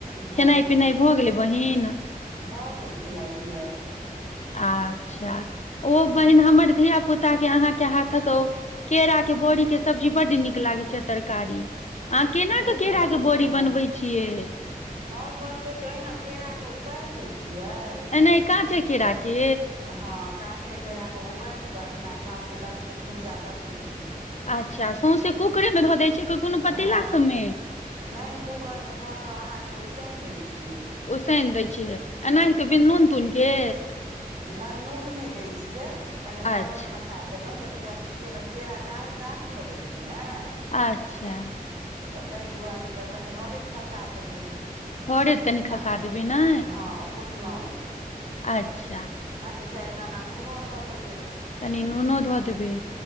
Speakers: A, on the right; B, on the left.
A: हँ
B: खेनाइ पिनाइ भऽ गेलै बहिन?
A: भऽ गेल खेनाइ पिनाइ।
B: आच्छा, ओ बहिन हमर धिया पुता के अहाँके हाथक ओ केरा के बॉड़ी के सब्जी बड नीक लागै छै तरकारी। अहाँ केना
A: नीक
B: क केड़ा
A: लगै
B: के बॉड़ी
A: छै
B: बनबै छियै?
A: हम बनबै छीयै ओहिना केराके उबाइल लैय छियै
B: नैय काॅंचे केड़ा के?
A: हँ काँचे केरा के उबाइल कऽ, अहिना काँचे लगले खोँइचा लगले के
B: अच्छा सौंसे कुकरे मे धऽ दैय छियै कि कोनो पतीला
A: अ हँ,
B: सबमे
A: नैय कूकर में धऽ कऽ अहाँके उसैन दै छियै।
B: उसैन दै छियै एनाहिते बिन नून-तून के?
A: नै नून नैय दै छियै, कनि हरैद
B: अच्छा
A: खसा सा देलौं, जे किआ तऽ केरा-केरा कार-कारी भऽ जाइ छै ने?
B: अच्छा।
A: त तैऽ दुआनि क कनि हरैद खसा देबै।
B: हरैद कनि खसा
A: आ-अ,
B: देबै नै
A: हँ उसनऽ में।
B: अच्छा।
A: कनी चैर दाना नूनो धऽ देबै।
B: कनि नुनो धऽ देबै।